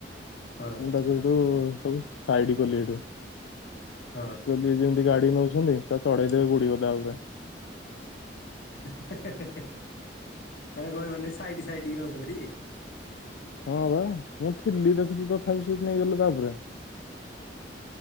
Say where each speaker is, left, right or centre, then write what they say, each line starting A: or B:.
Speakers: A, on the left; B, on the left.
A: ହଁ।
B: ମୁଁ ତାକୁ ସେଇଠୁ ସବୁ ସାଇଟି କଲି ହେଠୁ।
A: ହଁ।
B: ଇଏ ଯେମିତି ଗାଡ଼ି ନଉଚନ୍ତି ସ ଚଢ଼େଇ ଦେବେ ବୁଡ଼ି ଗଦାଉପରେ।
A: ହେ -ହେ-ହେ ତମେ କହିବନି ସାଇଟି ସାଇଟି କି ରହୁଚନ୍ତି।
B: ହଁ ବା ମୁଁ ଥିଲି ଦେଖୁଚି ତଥାପି ସେଉଠୁ ନେଇଗଲେ ତାପରେ।